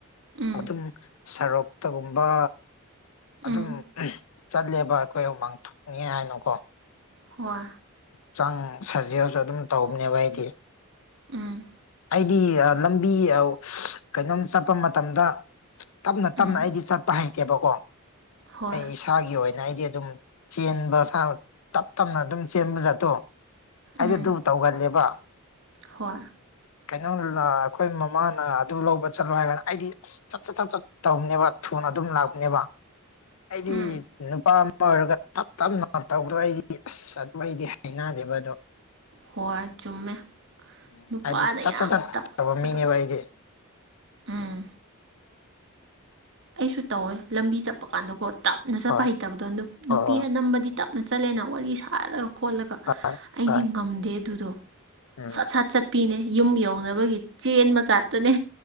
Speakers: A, on the right; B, on the left.
A: ꯎꯝ
B: ꯑꯗꯨꯝ ꯁꯔꯣꯛꯇꯒꯨꯝꯕ ꯑꯗꯨꯝ
A: ꯎꯝ
B: ꯆꯠꯂꯦꯕ ꯑꯩꯈꯣꯏ ꯎꯃꯥꯡ ꯊꯣꯛꯅꯤꯉ ꯍꯥꯏꯅꯀꯣ
A: ꯍꯣꯏ
B: ꯆꯥꯡ ꯁꯥꯖꯦꯁꯨ ꯑꯗꯨꯝ ꯇꯧꯕꯅꯦꯕ ꯑꯩꯗꯤ
A: ꯎꯝ
B: ꯑꯩꯗꯤ ꯂꯝꯕꯤ ꯀꯩꯅꯣꯝ ꯆꯠꯄ ꯃꯇꯝꯗ ꯇꯞꯅ ꯇꯞꯅ
A: ꯎꯝ
B: ꯑꯩꯗꯤ ꯆꯠꯄ ꯍꯩꯇꯦꯕꯀꯣ
A: ꯍꯣꯏ
B: ꯑꯩ ꯏꯁꯥꯒꯤ ꯑꯣꯏ ꯩꯅ ꯍꯥꯏꯗꯤ ꯑꯗꯨꯝ ꯆꯦꯟꯕ ꯁꯥ ꯇꯞ ꯇꯞꯅ ꯑꯗꯨꯝ ꯆꯦꯟꯕ ꯖꯥꯠꯇꯣ ꯑꯩꯗꯣ
A: ꯎꯝ
B: ꯑꯗꯨꯗꯨ ꯇꯧꯒꯜꯂꯦꯕ
A: ꯍꯣꯏ
B: ꯀꯩꯅꯣ ꯑꯩꯈꯣꯏ ꯃꯃꯥꯅ ꯑꯗꯨ ꯂꯧꯕ ꯆꯠꯂꯣ ꯍꯥꯏꯔ ꯀꯗ ꯑꯩꯗꯤ ꯑꯁ ꯆꯠ ꯆꯠ ꯆꯠ ꯆꯠ ꯇꯧꯅꯦꯕ ꯊꯨꯅ ꯑꯗꯨꯝ ꯂꯥꯛꯅꯦꯕ ꯑꯩꯗꯤ
A: ꯎꯝ
B: ꯅꯨꯄꯥ ꯑꯃ ꯑꯣꯏꯔꯒ ꯇꯞ ꯇꯞꯅ ꯇꯧꯗꯣꯏ ꯑꯩꯗꯤ ꯑꯁ ꯆꯠꯄ ꯑꯩꯗꯤ ꯍ ꯅꯥꯗꯤꯦꯕꯗꯨꯣ
A: ꯍꯣꯏ ꯆꯨꯝꯃꯦ
B: ꯎꯝ
A: ꯅꯨꯄꯥꯅ
B: ꯍꯥꯏꯗꯤ ꯆꯠ
A: ꯌꯥꯝ
B: ꯆꯠ ꯆꯠꯇꯕ
A: ꯇꯞꯄ ꯇꯞꯄꯗꯣ
B: ꯃꯤꯅꯦꯕ ꯑꯩꯗꯤ <unintelligible>
A: ꯎꯝ ꯑꯩꯁꯨ ꯇꯧꯋꯦ ꯂꯝꯕꯤ ꯆꯠꯄ ꯀꯥꯟꯗꯀꯣ ꯇꯞꯅ ꯆꯠꯄ
B: ꯍꯣꯏ
A: ꯍꯩꯇꯕꯗꯣ
B: ꯍꯣꯏ
A: ꯅꯨꯄꯤ
B: ꯍꯣꯏ
A: ꯑꯅꯝꯕꯗꯤ ꯇꯞꯅ ꯠ ꯆꯠꯂꯦꯅ ꯋꯥꯔꯤ ꯁꯥꯔꯒ ꯈꯣꯠꯂꯒ
B: ꯍꯣꯏ
A: ꯑꯩꯗꯤ
B: ꯍꯣꯏ
A: ꯉꯝꯗꯦ ꯑꯗꯨꯗꯣ
B: ꯎꯝ
A: ꯁꯠ ꯁꯠ ꯆꯠ ꯅꯨꯄꯤꯅꯦ ꯌꯨꯝ ꯌꯧꯅꯕꯒꯤ ꯆꯦꯟ ꯃꯆꯥꯠꯇꯅꯦ